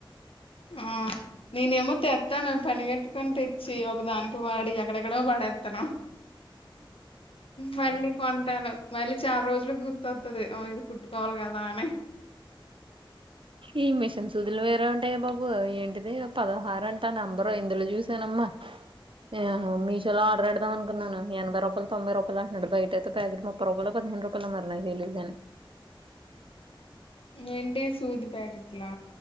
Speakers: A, on the left; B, on the right.
A: ఆ నేనేమో తెత్తాను పనిగట్టుకొని తెచ్చి ఒకదానికి వాడి ఎక్కడెక్కడో పడేత్తాను మళ్ళీ కొంటాను మళ్ళీ చాల రోజులుకి గుర్తొత్తది. ఓ ఇది కుట్టుకోవాలి కదా అని
B: ఈ మిష న్ సూదులు వేరే ఉంటాయి నువ్వు ఏంటిది పదహారు అంటా నంబరు ఇందులో చూసానమ్మా ఆహో మీషోలో ఆడర్ వెట్టుకొని ఎనభై రూపాయలు, తొంభై రూపాయలు అన్నాడు బయటయితే ప్యాకెట్ ముప్పై రూపాయలో పదిహేను రూపాయలో మరి నాకు తెలీదు కానీ
A: ఏంటి సూదు ప్యాకెట్లా